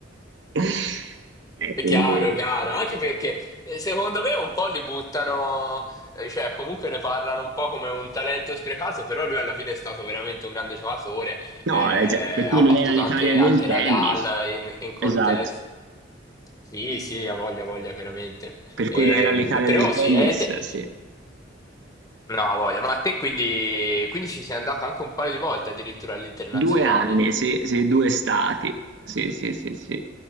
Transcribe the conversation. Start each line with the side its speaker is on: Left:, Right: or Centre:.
Right: <laughs> Eh,
Left: È
Right: quindi...
Left: chiaro, chiaro.
Right: sì,
Left: Anche
Right: sì,
Left: perché
Right: sì.
Left: eh, secondo me un po' li buttano, eh, cioè comunque ne parlano un po' come un talento sprecato, però lui alla fine è stato veramente un grande giocatore.
Right: No,
Left: eh,
Right: eh, cioè, per quello
Left: ha battuto
Right: che era l'Italia
Left: anche,
Right: del
Left: anche
Right: tennis,
Left: Nadal in, in contest.
Right: esatto,
Left: Sì, sì, ha voglia, ha voglia, chiaramente.
Right: per
Left: Ehm,
Right: quello che era l'Italia
Left: però
Right: del tennis,
Left: sì, eh, te-
Right: sì.
Left: no, ha voglia. Ma a te quindi, quindi ci sei andato anche un paio di volte addirittura all'internazionale.
Right: Due anni, sì, sì, due estati. Sì, sì, sì, sì.